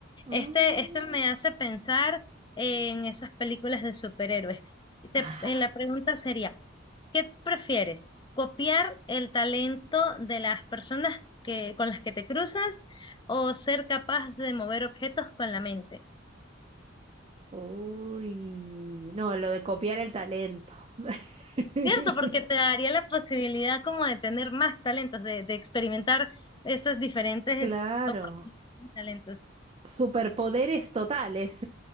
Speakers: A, on the right; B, on the left.
A: Mm,
B: Este, este me hace pensar en esas películas de superhéroes. Te-
A: ajá.
B: eh, la pregunta sería, ¿qué prefieres? ¿Copiar el talento de las personas que, con las que te cruzas o ser capaz de mover objetos con la mente?
A: Uy, no, lo de copiar el talento. <laughs>
B: Cierto, porque te daría la posibilidad como de tener más talentos, de, de experimentar esas diferentes
A: Claro,
B: oportunidades y talentos.
A: superpoderes totales.